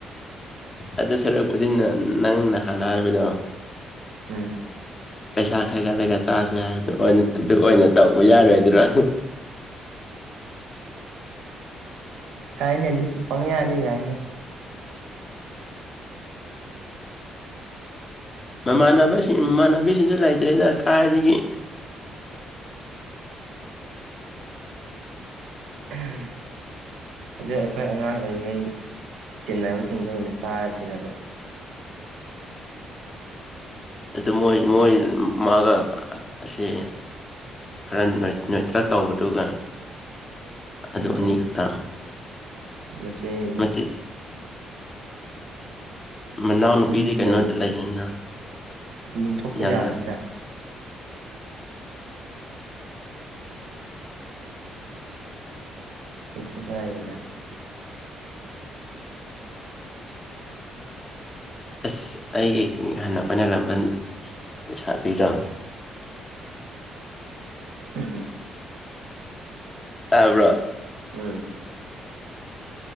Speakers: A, on the left (about 30°); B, on the right (about 85°).
A: ꯑꯗꯨꯗ ꯁꯔꯛꯄꯗꯤ ꯅꯪꯅ ꯍꯥꯟꯅ ꯍꯥꯏꯕꯗꯣ
B: ꯎꯝ
A: ꯄꯩꯁꯥ ꯈꯥꯏꯒꯠꯂꯒ ꯆꯥꯁꯦ ꯍꯥꯏꯕꯗ ꯑꯗꯨ ꯑꯣꯏꯅ ꯇꯧꯕ ꯌꯥꯔꯣꯏꯗꯅ
B: ꯌꯥꯏꯅꯦ ꯑꯗꯨꯁꯨ ꯄꯪ ꯌꯥꯗꯦ ꯌꯥꯏꯅꯦ
A: ꯃꯃꯥꯟꯅꯕꯁꯤꯡ ꯃꯃꯥꯟꯅꯕꯤꯁꯤꯡꯁꯨ ꯂꯩꯇ꯭ꯔꯦꯗ ꯀꯥꯏꯗꯒꯤ
B: ꯎꯝ ꯑꯗꯨꯗ ꯑꯩꯈꯣꯏ ꯑꯉꯥꯡ ꯑꯣꯏꯔꯤꯉꯩ ꯇꯤꯟꯅꯕꯁꯤꯡꯗꯣ ꯑꯣꯏꯅ ꯆꯥꯔꯁꯤꯔꯕ
A: ꯑꯗꯨ ꯃꯣꯏ ꯃꯣꯏ ꯃꯥꯒ ꯑꯁꯤꯦ ꯈꯔ ꯅꯠꯇ꯭ꯔ ꯇꯧꯕꯗꯨꯒ ꯑꯗꯨ
B: ꯃꯆꯤꯟ
A: ꯑꯅꯤꯈꯛꯇ
B: ꯃꯆꯩ
A: ꯃꯆꯤ ꯃꯅꯥꯎ ꯅꯨꯄꯤꯗꯤ
B: ꯑꯅꯤꯗꯨ
A: ꯀꯩꯅꯣꯗ
B: ꯂꯩꯔꯤꯗꯨꯗꯤ
A: ꯂꯩꯒꯅꯤꯅ
B: ꯑꯗꯨꯝ ꯊꯣꯛꯄ
A: ꯌꯥꯝꯅ
B: ꯌꯥꯒꯅꯤꯗ ꯀꯩꯁꯨ ꯀꯥꯏꯔꯦꯗ
A: ꯑꯁ ꯑꯩꯒꯤ ꯍꯥꯟꯅ ꯑꯩꯈꯣꯏꯅꯔꯝꯕꯟ ꯁꯥꯕꯤꯗꯣ
B: ꯁꯤ ꯍꯦ
A: ꯇꯥꯕ꯭ꯔꯣ
B: ꯎꯝ